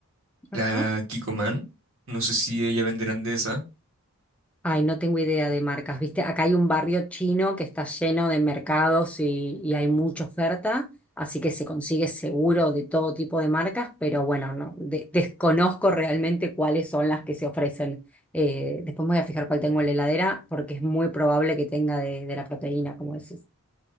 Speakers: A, in the centre; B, on the right.
A: Ajá.
B: la Kikoman. No sé si ella venderán de esa.
A: Ay, no tengo idea de marcas, ¿viste? Acá hay un barrio chino que está lleno de mercados y, y hay mucha oferta, así que se consigue seguro de todo tipo de marcas, pero bueno, no, de- desconozco realmente cuáles son las que se ofrecen. Eh, después me voy a fijar cuál tengo en la heladera porque es muy probable que tenga de, de la proteína, como decís.